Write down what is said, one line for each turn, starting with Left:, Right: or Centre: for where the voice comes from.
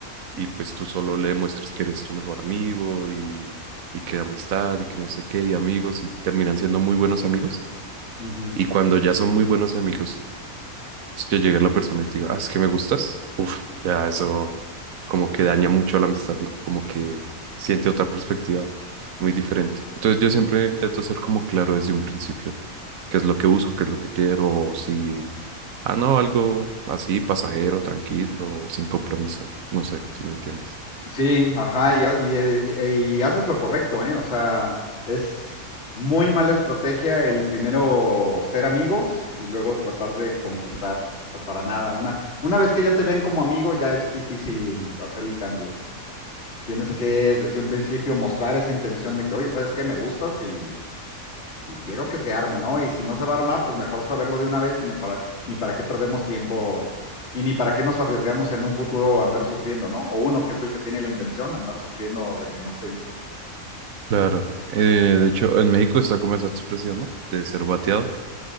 Right: y pues tú solo le demuestras que eres tu mejor amigo y, y que amistad y que no sé qué, y amigos, y terminan siendo muy buenos amigos,
Left: ujú.
Right: y cuando ya son muy buenos amigos, es que llegue la persona y te diga, ah, es que me gustas, uff, ya eso como que daña mucho la amistad, ¿no? Como que siente otra perspectiva muy diferente. Entonces yo siempre intento ser como claro desde un principio, qué es lo que busco, qué es lo que quiero, o si, ah, no, algo así, pasajero, tranquilo, sin compromiso, no sé si me entiendes.
Left: Sí, ajá, y, ha- y, eh, y haces lo correcto, ¿eh? O sea, es muy mala estrategia el primero ser amigos y luego tratar de conquistar. O sea, para nada. Una, una vez que ya te ven como amigo, ya es difícil hacer el cambio. Tienes que, desde un principio, mostrar esa intención de que, oye, ¿sabes qué? Me gustas y y quiero que se arme, ¿no? Y si no se va a armar, pues mejor saberlo de una vez y ni para, ni para qué perdemos tiempo y ni para qué nos arriesgamos en un futuro a andar sufriendo, ¿no? O uno que es el que tiene la intención, andar sufriendo de que no se hizo.
Right: Claro. Eh, de hecho, en México está como esa expresión, ¿no? De ser bateado.